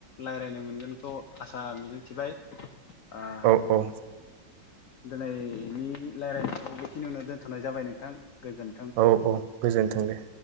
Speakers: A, on the left; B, on the right.
A: लायरायनो मोनगोनखौ आसा मिजिंथिबाय। ओ
B: औ औ।
A: दिनैनि लायरायनायखौ बेखिनियावनो दोनथ'नाय जाबाय नोंथां। गोजोन्थों।
B: औ औ गोजोन्थों दे।